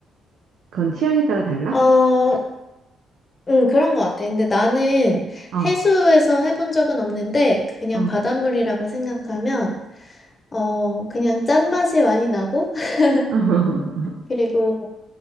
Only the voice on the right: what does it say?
그건 취향에 따라 달라?
어,
어.
<laughs>